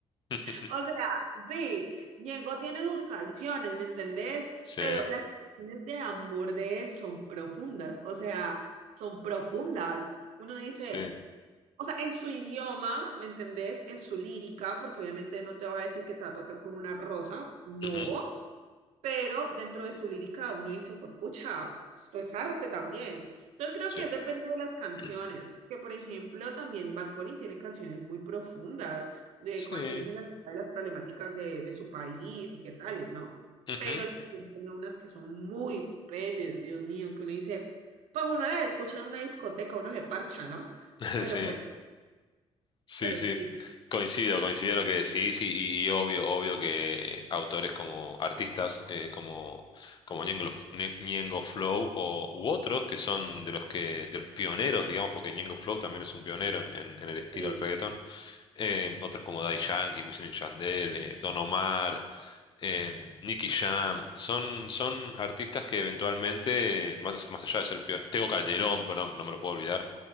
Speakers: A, on the left; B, on the right.
A: <laughs>
B: O sea, sí, Ñengo tiene sus canciones, ¿me entendés?
A: Sí,
B: Pero las canciones de amor de él son profundas, o sea, son profundas. Uno dice,
A: sí.
B: o sea, en su idioma, ¿me entendés? En su lírica, porque obviamente no te va a decir que te va a tocar con una rosa, no,
A: Ujú,
B: pero dentro de su lírica uno dice, pucha, esto es arte también. Entonces creo
A: Sí.
B: que es depende de las canciones,
A: <clears throat>
B: porque por ejemplo también Bad Bunny tiene canciones muy profundas, de
A: Sí.
B: canciones en las que habla de las problemáticas de, de su país y qué tales, ¿no?
A: ujú,
B: Pero también tiene unas que son muy bellas, Dios mío, que uno dice, pues uno las escucha en una discoteca, uno se parcha, ¿no?
A: <laughs>
B: Pero
A: Sí,
B: pues,
A: sí,
B: pero
A: sí.
B: sí,
A: Coincido, coincido en lo que decís y, y- y obvio, obvio que autores como artistas eh, como, como Ñengo, Ñe- Ñengo Flow o, u otros que son de los que de los pioneros, digamos, porque Ñengo Flow también es un pionero en, en- en el estilo
B: <laughs> sí,
A: del reggaetón, Eh, otros como Daddy Yankee, Wisin y Yandel, eh, Don Omar, eh, Nicky
B: sí,
A: Jam, son, son artistas que eventualmente, más, más allá de ser pioneros, Tego Calderón, perdón, no me lo puedo olvidar,